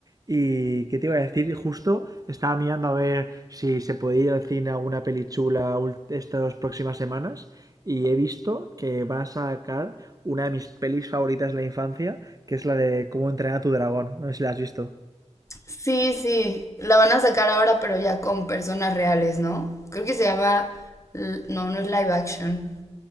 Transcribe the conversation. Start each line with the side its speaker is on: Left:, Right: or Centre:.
Right: Y qué te iba a decir, justo estaba mirando a ver si se podía ir al cine a alguna peli chula ul- estas próximas semanas y he visto que van a sacar una de mis pelis favoritas de la infancia, que es la de Cómo entrenar a tu dragón. No sé si la has visto.
Left: Sí, sí. La van a sacar ahora, pero ya con personas reales, ¿no? Creo que se llama... l- No, no es live action.